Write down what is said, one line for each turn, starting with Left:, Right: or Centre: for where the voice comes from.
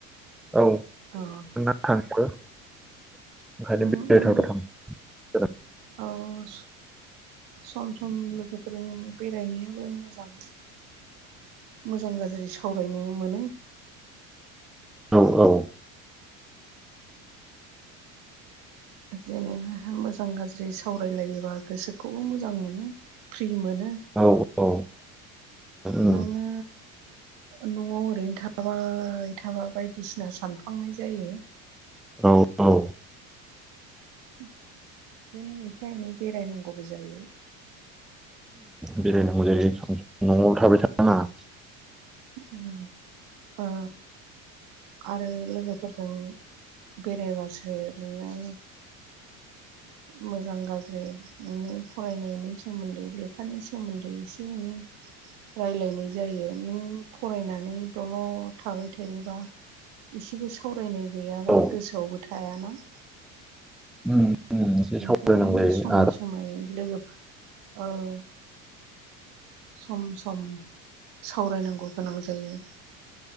Centre: औ
Right: अ
Centre: <unintelligible>
Right: उम उम
Centre: थांसै
Right: औ सम सम लोगोफोरजों बेरायनायाबो मोजां मोजां गाज्रि सावरायनो मोनो
Centre: औ औ
Right: जेनेबा मोजां गाज्रि सावरायलायोबा गोसोखौबो मोजां मोनो फ्रि मोनो
Centre: औ औ उम
Right: नोङो न'आव ओरैनो थाबाय थाबा बायदिसिना सानफ्लांनाय जायो
Centre: औ औ
Right: ओंखायनो एफा एनै बेरायनांगौबो जायो
Centre: बेरायनांगौ जायो न'आव थाबाय थानाङा
Right: उम ओ आरो लोगोफोरजों बेरायबासो नोङो
Centre: <inaudible>
Right: मोजां गाज्रि नोंनि फरायनायनि सोमोन्दै लेखानि सोमोन्दै एसे एनै राय्लायनाय जायो नों फरायनानै दल' थाबाय थायोबा इसेबो सावरायनाय गैयाबा
Centre: औ
Right: गोसोआवबो थायाना
Centre: उम उम एसे सावरायनांगौ
Right: ओंखायनो
Centre: जायो
Right: समाय
Centre: आरो
Right: समय लोगोफोर औ सम सम सावरायनांगौ गोनां जायो